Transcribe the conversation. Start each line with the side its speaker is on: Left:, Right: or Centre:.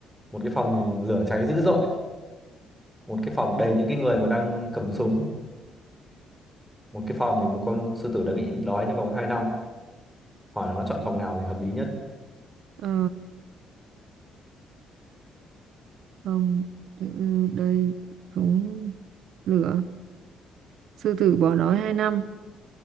Centre: một cái phòng thì lửa cháy dữ dội một cái phòng đầy những cái người mà đang cầm súng một cái phòng thì một con sư tử đã bị nhịn đói trong vòng hai năm hỏi là nó chọn phòng nào thì hợp lý nhất
Right: ờ, không ừ, đây súng lửa sư tử bỏ đói hai năm